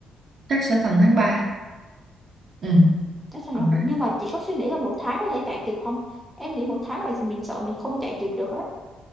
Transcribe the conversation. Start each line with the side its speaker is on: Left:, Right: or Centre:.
Right: chắc sẽ tầm tháng 3 ừ
Centre: chắc chắn
Right: tầm
Centre: là nhưng mà chị có suy nghĩ là một tháng có thể chạy kịp không em nghĩ một tháng này thì mình sợ mình không chạy kịp được á